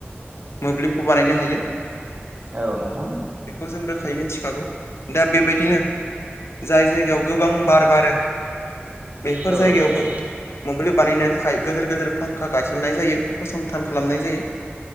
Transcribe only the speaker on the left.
मोब्लिबखौ बानायनो हायो।
बेखौ जों रोखायै मिथिखागौ दा बेबायदिनो जाय जायगायाव गोबां बार बारो बेफोर
जायगायावबो
मोब्लिब बानायनो थाखाय गोदोर गोदोर फांखा गायसननाय जायो फसंथान खालामनाय जायो।